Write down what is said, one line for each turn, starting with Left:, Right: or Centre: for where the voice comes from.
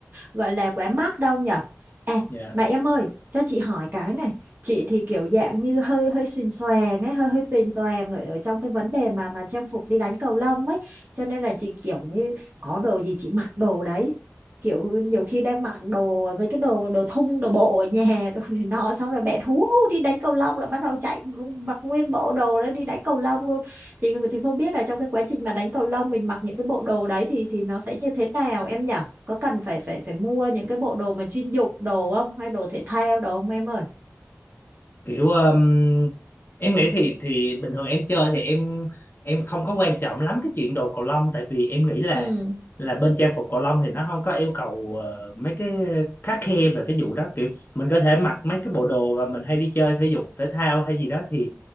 Right: gọi là quá mắc đâu nhở. À
Left: dạ
Right: mà em ơi, cho chị hỏi cái này, chị thì kiểu dạng như hơi hơi xuềnh xoàng ấy, hơi hơi tuyền toàng ở, ở trong cái vấn đề mà mà trang phục đi đánh cầu lông ấy, cho nên là chị kiểu như có đồ gì chị mặc đồ đấy kiểu nhiều khi đang mặc đồ mấy cái đồ đồ thun đồ bộ ở nhà <laughs> đồ này nọ xong rồi bạn hú hú đi đánh cầu lông là bắt đầu chạy luôn, mặc nguyên bộ đồ đấy đi đánh cầu lông luôn thì thì không biết là trong cái quá trình mà đánh cầu lông mình mặc những cái bộ đồ đấy thì thì nó sẽ như thế nào em nhỉ có cần phải phải phải mua những cái bộ đồ mà chuyên dụng đồ không hay đồ thể thao đồ không em ơi
Left: kiểu um, em nghĩ thì thì bình thường em chơi thì em em không có quan trọng lắm cái chuyện đồ cầu lông tại vì em nghĩ là
Right: ừ
Left: là bên trang phục cầu lông thì nó không có yêu cầu ờ, mấy cái khắt khe về cái vụ đó kiểu mình có thể mặc mấy cái bộ đồ mà mình hay đi chơi thể dục thể thao hay gì đó thì